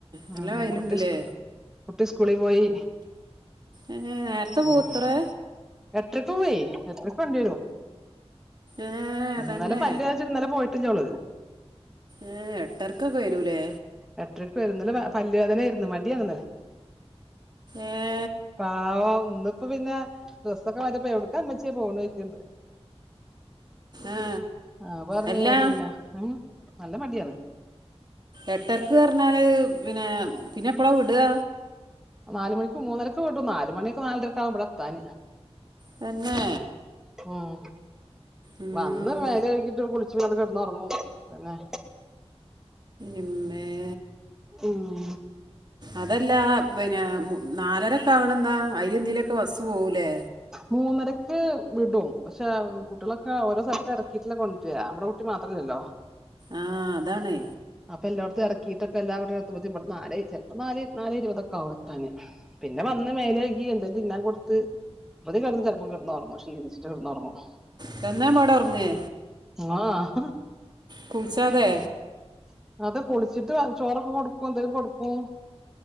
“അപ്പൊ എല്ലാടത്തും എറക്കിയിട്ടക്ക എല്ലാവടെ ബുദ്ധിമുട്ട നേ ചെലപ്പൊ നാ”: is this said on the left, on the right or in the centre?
Centre